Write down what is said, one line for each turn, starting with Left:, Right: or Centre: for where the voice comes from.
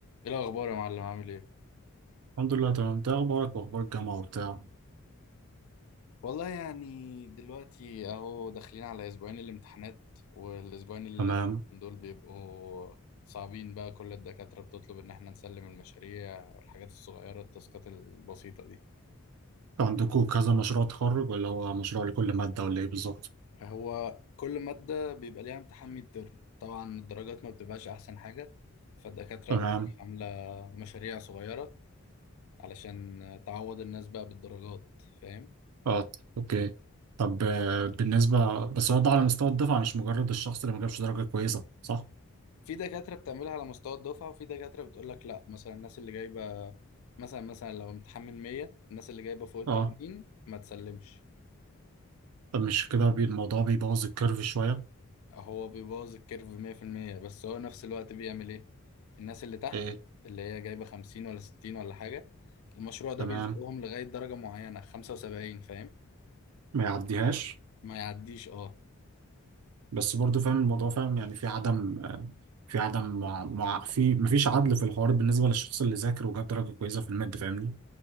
Left: ايه الاخبار يا معلم عامل ايه
Right: الحمد لله تمام انت ايه اخبارك واخبار الجامعه وبتاع
Left: والله يعني دلوقتي اهو داخلين على اسبوعين الامتحانات والاسبوعين اللي
Right: تمام
Left: دول بيبقوا صعبين بقى كل الدكاترة بتطلب ان احنا نسلم المشاريع والحاجات الصغيرة التاسكات البسيطة دي
Right: عندكم كذا مشروع تخرج ولا هو مشروع لكل ماده ولا ايه بالظبط
Left: هو كل مادة بيبقى ليها امتحان ميد ترم طبعا الدرجات ما بتبقاش احسن حاجة فالدكاترة
Right: تمام
Left: بتبقى عاملة مشاريع صغيرة علشان تعوض الناس بقى بالدرجات فاهم
Right: اه اوكي طب آه، بالنسبه بس هو ده على مستوى الدفعه مش مجرد الشخص اللي ما جابش درجه كويسه صح
Left: في دكاترة بتعملها على مستوى الدفعة وفي دكاترة بتقول لك لا مثلا الناس اللي جايبة مثلا مثلا لو امتحان من 100 الناس اللي جايبة فوق ال
Right: اه
Left: 80 ما تسلمش
Right: طب مش كده بي- الموضوع بيبوظ الكيرف شويه
Left: هو بيبوظ الكيرف 100% بس هو نفس الوقت بيعمل ايه الناس اللي تحت
Right: ايه
Left: اللي هي جايبة 50 ولا 60 ولا حاجة المشروع ده
Right: تمام
Left: بيزقهم لغاية درجة معينة 75 فاهم
Right: ما يعديهاش
Left: ما يعديش اه
Right: بس برضو فاهم الموضوع فاهم يعني في عدم آه، في عدم مع... مع... في مفيش عدل في الحوار بالنسبه للشخص اللي ذاكر وجاب درجه كويسه في الماده فاهمني